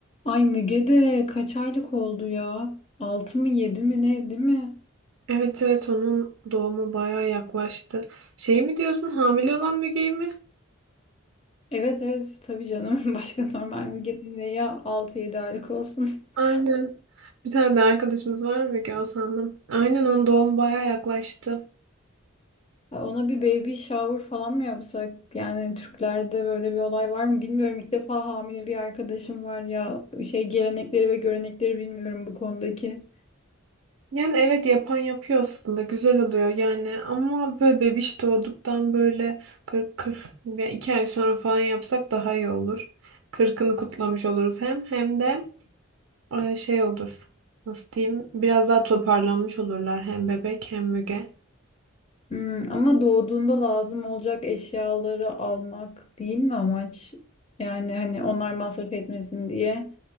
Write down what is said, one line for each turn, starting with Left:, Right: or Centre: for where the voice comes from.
Left: Ay Müge de kaç aylık oldu ya? 6 mı 7 mi ne değil mi?
Right: Evet evet onun doğumu bayağı yaklaştı. Şey mi diyorsun hamile olan Müge'yi mi?
Left: Evet evet tabii canım. <laughs> Başka normal Müge'nin de ya Altı yedi aylık olsun.
Right: Aynen.
Left: <laughs>
Right: Bir tane de arkadaşımız var Müge Hasan'ın. Aynen onun doğumu bayağı yaklaştı.
Left: Ay, Ona bir baby shower falan mı yapsak? Yani Türklerde böyle bir olay var mı bilmiyorum. İlk defa hamile bir arkadaşım var ya. Şey gelenekleri ve görenekleri bilmiyorum bu konudaki.
Right: Yani evet yapan yapıyor aslında güzel oluyor yani ama böyle bebiş doğduktan böyle kırk kırk ya 2 ay sonra falan yapsak daha iyi olur. Kırkını kutlamış oluruz hem hem de e, şey olur nasıl diyeyim biraz daha toparlanmış olurlar hem bebek hem Müge.
Left: Hmm, ama doğduğunda lazım olacak eşyaları almak değil mi amaç? Yani hani onlar masraf etmesin diye